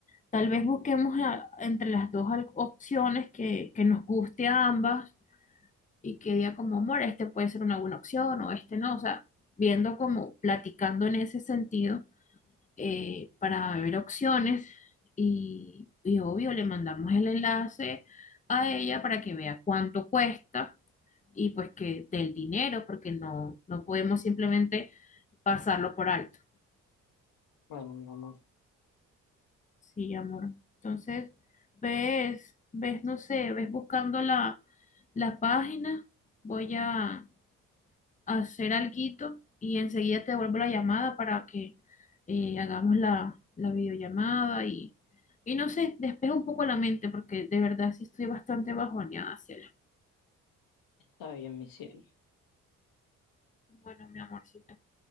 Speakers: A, on the left; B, on the left.
A: tal vez busquemos a- entre las dos al- opciones que, que nos guste a ambas y que diga como, amor, este puede ser una buena opción o este no, o sea, viendo como platicando en ese sentido eh, para ver opciones y, y obvio le mandamos el enlace a ella para que vea cuánto cuesta y pues que del dinero, porque no, no podemos simplemente pasarlo por alto.
B: Bueno, mi amor,
A: Sí, amor. Entonces, ves, ves, no sé, ves buscando la, la página. Voy a, hacer alguito y enseguida te devuelvo la llamada para que eh, hagamos la, la videollamada y, y no sé, despejo un poco la mente porque de verdad sí estoy bastante bajoneada, Ciela.
B: está bien, mi cielo.
A: Bueno, mi amorcito,